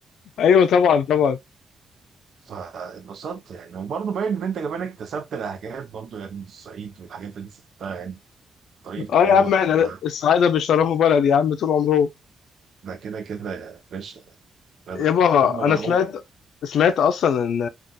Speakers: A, on the left (about 80°); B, on the right (about 60°).
A: ايوه طبعا طبعا
B: فاتبسطت يعني وبرضه باين إن أنت كمان اكتسبت لهجات برضه يعني من الصعيد والحاجات اللي أنت سبتها يعني طريقة
A: اه
B: كلامك
A: يا عم احنا
B: ده
A: الصعايده بيشرفوا بلد يا عم طول عمرهم
B: ده كده كده يا باشا ده-
A: يابا
B: ده هم اللي
A: انا
B: هم
A: سمعت سمعت اصلا ان